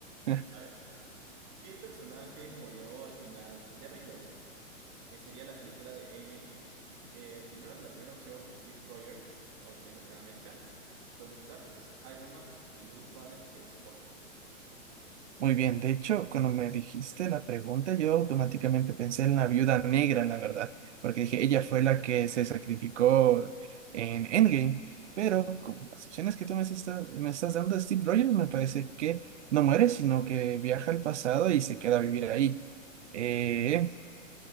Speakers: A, on the right; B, on the right.
A: <laughs>
B: A ver, ¿qué personaje murió al final de Avengers? eh, sería la película de Endgame. Eh, primero, la primera opción es Steve Rogers, obviamente Capitán América, Tony Stark, que es Iron Man, y Bruce Banner, que es Hulk.
A: Muy bien, de hecho, cuando me dijiste la pregunta, yo automáticamente pensé en la viuda negra, la verdad, porque dije, ella
B: Claro.
A: fue la que se sacrificó
B: Ujú.
A: en Endgame, pero con las opciones que tú me está- me estás dando, Steve Rogers me parece que no muere, sino que viaja al pasado y se queda a vivir ahí. Eh,